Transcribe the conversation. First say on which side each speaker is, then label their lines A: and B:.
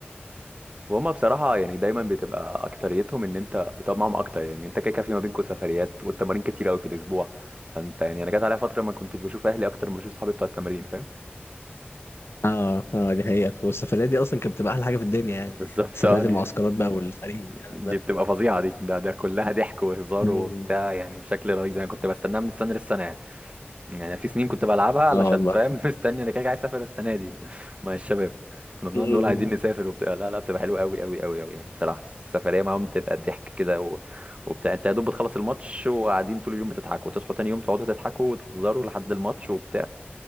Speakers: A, on the right; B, on the left.
A: وهم بصراحه يعني دايما بتبقى اكتريتهم ان انت بتقعد معاهم اكتر يعني انت كده كده في ما بينكم سفريات والتمارين كتير قوي في الاسبوع فانت يعني انا جت عليا فتره ما كنتش بشوف اهلي اكتر ما بشوف صحابي بتوع التمارين فاهم
B: اه اه دي حقيقة والسفريات دي اصلا كانت بتبقى احلى حاجة في الدنيا يعني
A: بالظبط
B: سفريات
A: اه دي
B: المعسكرات بقى والفريق والكلام
A: دي
B: ده
A: بتبقى فظيعة دي ده ده كلها ضحك وهزار
B: مم.
A: وبتاع يعني بشكل رهيب انا كنت بستناها من السنة للسنة يعني يعني أنا في سنين كنت بلعبها علشان
B: اه والله
A: فاهم <laughs> مستني انا كده كده عايز اسافر السنة دي <laughs> مع الشباب كنا بنقعد
B: مم.
A: نقول عايزين نسافر وبتاع لا لا بتبقى حلوة قوي قوي قوي قوي يعني بصراحة السفرية معاهم بتبقى ضحك كده و... وبتاع انت يا دوب بتخلص الماتش وقاعدين طول اليوم بتضحكوا وتصحوا تاني يوم تقعدوا تضحكوا وتهزروا لحد الماتش وبتاع